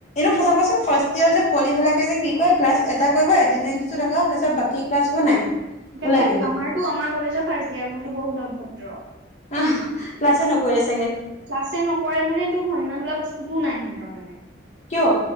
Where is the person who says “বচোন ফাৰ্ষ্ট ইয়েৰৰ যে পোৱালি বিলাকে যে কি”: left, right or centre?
Left